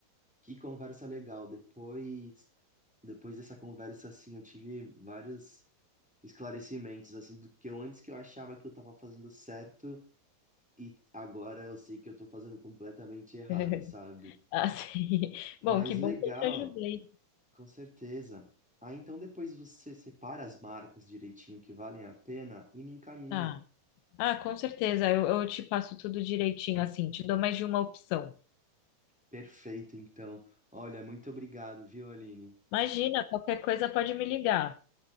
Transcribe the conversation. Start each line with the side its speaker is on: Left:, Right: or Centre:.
Centre: que conversa legal. Depois, depois dessa conversa, assim, eu tive vários esclarecimentos, assim, do que eu antes que eu achava que eu tava fazendo certo e agora eu sei que eu tô fazendo completamente errado,
Left: <laughs>
Centre: sabe?
Left: Assim,
Centre: Mas
Left: bom, que bom
Centre: legal.
Left: que eu te ajudei.
Centre: Com certeza. Ah, então depois você separa as marcas direitinho que valem a pena e me encaminha.
Left: Tá. Ah, com certeza. Eu, eu te passo tudo direitinho, assim, te dou mais de uma opção.
Centre: Perfeito, então. Olha, muito obrigado, viu, Aline?
Left: Imagina, qualquer coisa pode me ligar.